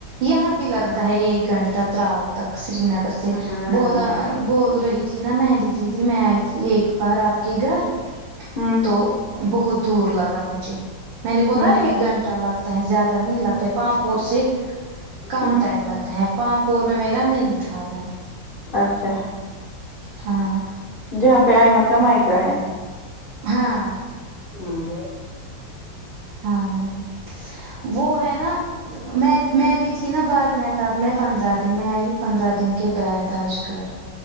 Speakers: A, on the right (about 70°); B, on the left (about 75°).
A: یہاں بھی لگتا
B: ہاں
A: ہے ایک گھنٹہ ترال تک سری نگر سے
B: ہاں
A: بولا بول رہی تھی نا مہندی دیدی میں آئی تھی ایک بار آپ کے گھر
B: ہاں
A: تو بہت دور لگا مجھے میں نے بولا
B: ہمم
A: ایک گھنٹہ لگتا ہے زیادہ نہیں لگتا ہے پاپور سے کم
B: ہوں
A: ٹائم لگتا ہے پاپور میں میرا ننیھال ہے
B: اچھا
A: ہاں
B: جہاں پہ آئمن کا مائکہ ہے
A: ہاں
B: ہمم
A: ہاں وہ وہ ہے نا میں میں بھی تھی بہت میکہ میں پندرہ دن میں آئی پندرہ دن کے بعد آج گھر